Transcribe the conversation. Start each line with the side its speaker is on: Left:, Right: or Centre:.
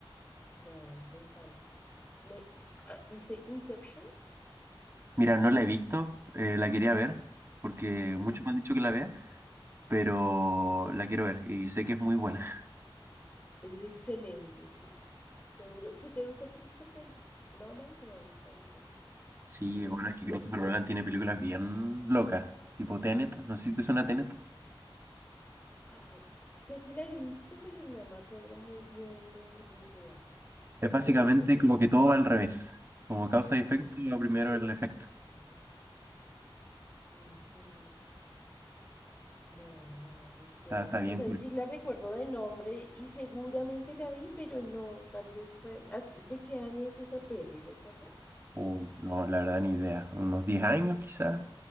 Left: Ay, me encanta. Me, ah, ¿viste Inception?
Right: Mira, no la he visto, eh, la quería ver, porque
Left: Ujú.
Right: muchos me han dicho que la vea pero la quiero ver y sé que es muy buena. <laughs>
Left: Es excelente, sí. Seguro. Si te gusta Christopher Nolan, te va a gustar esta película,
Right: Sí,
Left: definitivamente.
Right: bueno, es que Christopher Nolan tiene películas bien locas, tipo Tenet, no sé si te suena Tenet.
Left: Ah, sé que la he visto, pero no me acuerdo muy bien de, de qué va. Cuéntame
Right: Es básicamente
Left: un poco
Right: como
Left: para...
Right: que todo va al revés, como causa y efecto,
Left: Ajá.
Right: y lo primero el efecto.
Left: ujú. No, no la recuerdo.
Right: Está, está bien
Left: O sea,
Right: curioso.
Left: sí la recuerdo de nombre y seguramente la vi, pero no, tal vez fue... ¿Hace- ¿De qué año es esa peli, recuerdas?
Right: O, no, la verdad ni idea, unos 10 años quizás,